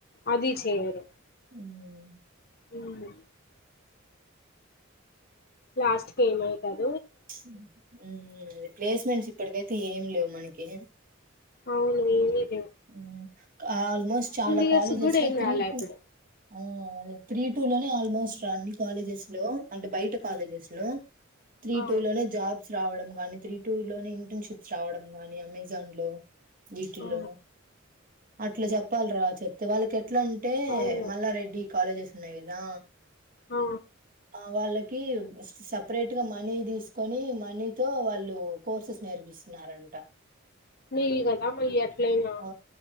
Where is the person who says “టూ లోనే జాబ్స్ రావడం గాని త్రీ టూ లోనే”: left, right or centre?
Right